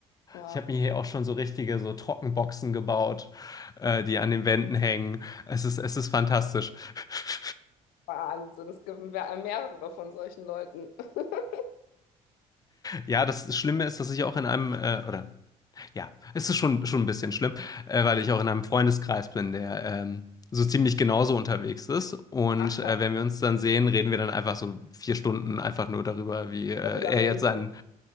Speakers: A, on the left; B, on the left.
A: Ja,
B: ich habe mir hier auch schon so richtige so Trockenboxen gebaut, äh, die an den Wänden hängen. Es ist, es ist fantastisch. <laughs>
A: Wahnsinn. Es gibt mehr- mehrere von solchen Leuten. <laughs>
B: Ja, das Schlimme ist, dass ich auch in einem, äh, oder Ja, es ist schon, schon ein bisschen schlimm, äh, weil ich auch in einem Freundeskreis bin, der ähm, so ziemlich genauso unterwegs ist. Und
A: Ach,
B: äh,
A: krass,
B: wenn wir uns dann sehen, reden wir dann einfach so vier Stunden einfach nur darüber, wie äh,
A: voll Filament
B: er jetzt sein.
A: und.